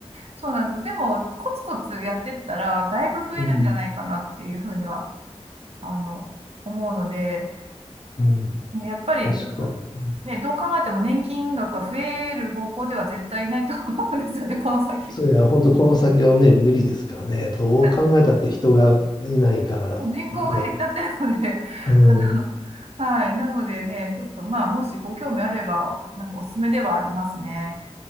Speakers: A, on the right; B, on the left.
A: そうなんです。でも、コツコツやってったら、だいぶ増えるんじゃないかなっていうふうには、
B: うん。
A: あの、思うので、
B: うん。
A: ね、やっぱりちょっと、
B: 確かに。うん
A: ね、どう考えても年金額が増える方向では絶対ないと思うんですよね、この先。
B: そういや、本当この先がね、無理ですからね。どう考えたって人がいないからね。
A: <laughs> もう人口が減っちゃってるので、<laughs>
B: うん。
A: あの、はい。なのでね、ちょっとまあ、もしご興味あれば、なんかおすすめではありますね。